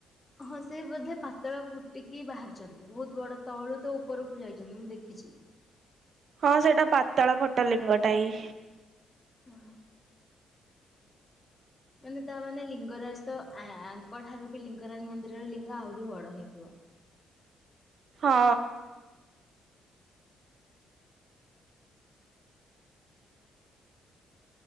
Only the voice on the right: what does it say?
ହଁ ସେଇଟା ପାତାଳ ଫଟା ଲିଙ୍ଗଟା ଇ
ହଁ।